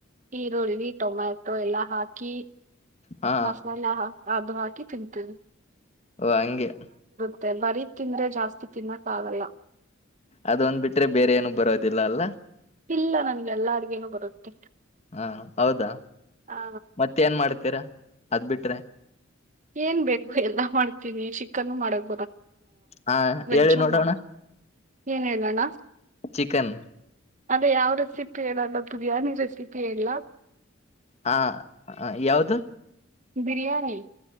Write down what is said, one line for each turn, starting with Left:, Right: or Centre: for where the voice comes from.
Right: ಈರುಳ್ಳಿ, ಟೊಮ್ಯಾಟೊ ಎಲ್ಲಾ ಹಾಕಿ
Left: ಹಾ
Right: ಮಸಾಲ ಹಾ ಅದು ಹಾಕಿ ತಿಂತೀವಿ.
Left: ಓ ಹಂಗೆ.
Right: ಮತ್ತೆ ಬರೀ ತಿಂದ್ರೆ ಜಾಸ್ತಿ ತಿನ್ನೋಕ್ಕ ಆಗಲ್ಲ.
Left: ಅದೊಂದ್ ಬಿಟ್ರೆ ಬೇರೆ ಏನ್ ಬರೋದಿಲ್ಲ ಅಲ್ಲ.
Right: ಇಲ್ಲ ನನ್ಗೆ ಎಲ್ಲಾ ಅಡುಗೆನು ಬರುತ್ತೆ.
Left: ಹಾ ಹೌದಾ
Right: ಆ
Left: ಮತ್ತೆ ಏನ್ ಮಾಡ್ತೀರಾ ಅದ್ ಬಿಟ್ರೆ
Right: ಏನ್ ಬೇಕು ಎಲ್ಲ ಮಾಡ್ ನಿ ಚಿಕನ್ನು ಮಾಡಕ್ ಬ
Left: ಹಾ
Right: ವೆಜ್ಜುಮ್ಮ
Left: ಹೇಳಿ ನೋಡೋಣ
Right: ಏನ್ ಹೇಳಣ್ಣ.
Left: ಚಿಕನ್
Right: ಅದೇ ಯಾವ್ ರೆಸಿಪಿ ಹೇಳಲ್ಲ ಬಿರಿಯಾನಿ ರೆಸಿಪಿ ಹೇಳ್ಳ.
Left: ಹಾ ಯಾವ್ದು.
Right: ಬಿರಿಯಾನಿ.